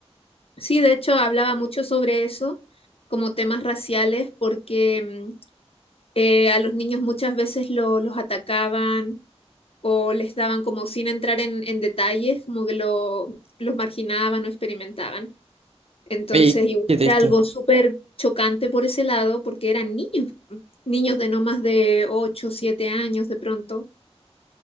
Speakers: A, on the left; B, on the right.
A: Sí, de hecho hablaba mucho sobre eso, como temas raciales, porque mm, eh, a los niños muchas veces lo- los atacaban o les daban como sin entrar en, en detalles, como que lo, los marginaban o experimentaban. Entonces,
B: Oye,
A: igual
B: qué triste.
A: era algo súper chocante por ese lado, porque eran niños, mm, niños de no más de 8 7 años de pronto.